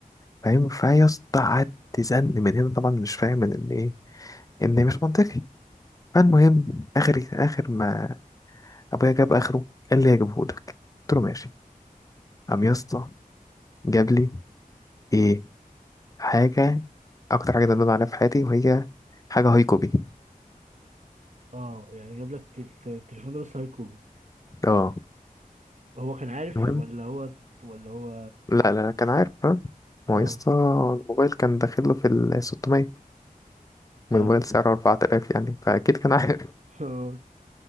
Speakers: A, on the left; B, on the right.
A: فاهم فيا اسطى قعدت تزن من هنا طبعا مش فاهم من ان ايه ان مش منطقي فالمهم اخر اخر ما ابويا جاب اخره قال لي هجيبه لك قلت له ماشي قام يا اسطى جاب لي ايه حاجه اكتر حاجه ندمان عليها في حياتي وهي حاجه هايكوبي
B: اه يعني جاب لك الت- التليفون ده بس هاي كوبي
A: اه
B: هو كان عارف
A: المهم
B: ولا هو ولا هو
A: لا لا كان عارف ها ما
B: اه
A: هو
B: اه
A: يا اسطى الموبايل كان داخله في ال 600
B: <laughs>
A: والموبايل سعره 4000 يعني فاكيد كان عارف
B: اه